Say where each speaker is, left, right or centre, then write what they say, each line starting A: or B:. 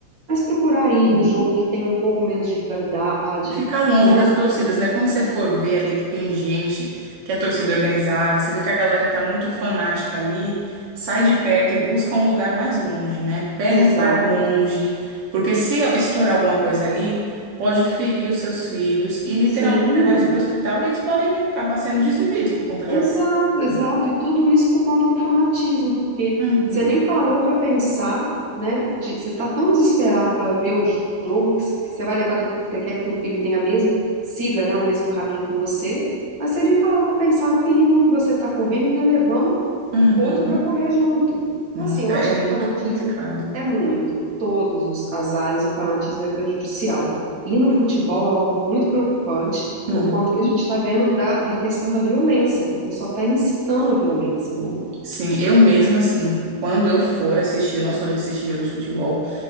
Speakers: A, on the right; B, on the right.
A: mas procurar ir
B: uhum.
A: num jogo que tenha um pouco menos de rivalidade,
B: E ficar longe
A: né?
B: das torcidas, né? Quando você for ver ali que tem gente que é torcida organizada, você vê que a galera tá muito fanática ali, sai de perto e busca um lugar mais longe, né? Pega
A: Exato.
B: um lugar longe, porque se estourar alguma coisa ali, pode ferir os seus filhos e literalmente
A: Sim.
B: levar eles para o hospital e eles podem acabar sendo desvividos por conta de
A: Exato,
B: algum. assim.
A: exato. E tudo isso por conta do fanatismo, porque
B: Uhum,
A: você nem parou para pensar, né? de- você tá tão desesperado para ver o jogo que, c- que você vai levar teu, você quer que teu filho tenha mesmo, siga, né, o mesmo caminho que você, mas você nem parou para pensar no perigo que você tá correndo, ainda levando
B: uhum.
A: outro para correr junto. Então,
B: Nossa,
A: assim, eu
B: é
A: acho que
B: muito
A: o fanatismo
B: complicado.
A: é muito. Todas os- as áreas, o fanatismo é prejudicial. E no futebol é algo muito preocupante,
B: Uhum.
A: por conta que a gente está vendo da, da questão da violência, porque só está incitando a violência, né?
B: Sim, eu mesma, assim, quando eu for assistir, eu não sou de assistir jogos de futebol.